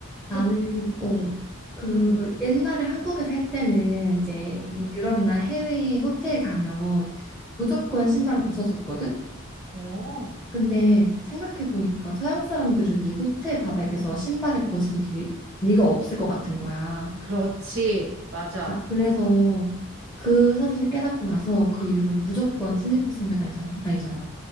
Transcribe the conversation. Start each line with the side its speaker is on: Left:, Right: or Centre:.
Right: 그,
Centre: 나는 어,
Right: 응,
Centre: 그
Right: 응, 응,
Centre: 옛날에 한국에 살 때는 이제
Right: 응.
Centre: 뭐 유럽이나 해외 호텔 가면 무조건 신발을 벗었었거든.
Right: 어,
Centre: 근데 생각해 보니까 서양 사람들은 이 호텔 바닥에서 신발을 벗을 리, 가 없을 것 같은 거야.
Right: 그렇지. 맞아.
Centre: 그래서 그 사실을 깨닫고 나서 그 이후로 무조건 슬리퍼 신고 다니잖아. 다니잖아.